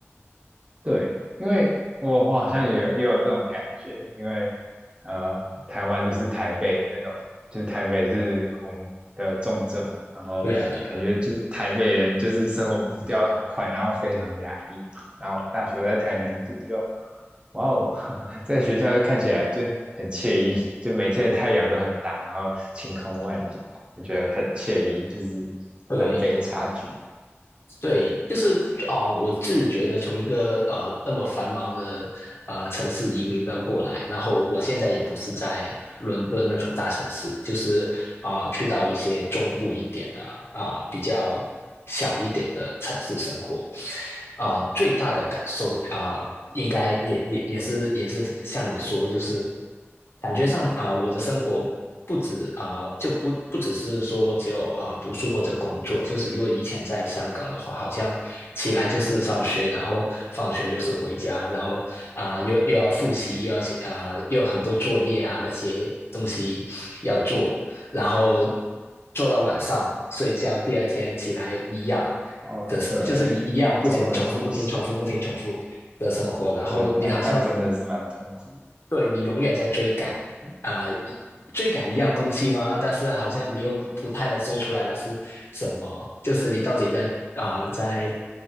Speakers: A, on the right; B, on the left.
A: 对，因为我我好像也有也有这种感觉，因为呃，台湾就是台北那种，就是台北是我们的重镇嘛，然后感觉就是台北人就是生活步调很快，
B: 对啊，对啊
A: 然后非常压抑，然后大学在台南读就，哇哦，<laughs> 在学校就看起来就很惬意，就每天的太阳都很大，然后晴空万里，我觉得很惬意，就是南北的差距。
B: 对，对，就是哦、呃我自己觉得从一个呃那么繁忙的呃城市移民到过来，然后我现在也不是在伦敦那种大城市，就是啊、呃去到一些中部一点的啊、呃比较小一点的城市生活，啊、呃最大的感受啊、呃应该也也也是也是像你说，就是感觉上啊、我的生活不止啊、就不不只是说只有啊、读书或者工作，就是如果以前在香港的话，好像起来就是上学，然后放学就是回家，然后啊、又又要复习，又要写啊、又有很多作业啊那些东西要做，然后做到晚上睡觉，第二天起来一样
A: 哦，
B: 的，
A: 对，
B: 就是一一样不停重复，
A: 周而复始。
B: 不停重复，不停重复的生活，然后你好像
A: 对，那那真的是蛮痛苦的。
B: 对你永远在追赶，啊、一追赶一样东西吗？但是好像你又不不太能说出来那是什么，就是你到底在啊、呃在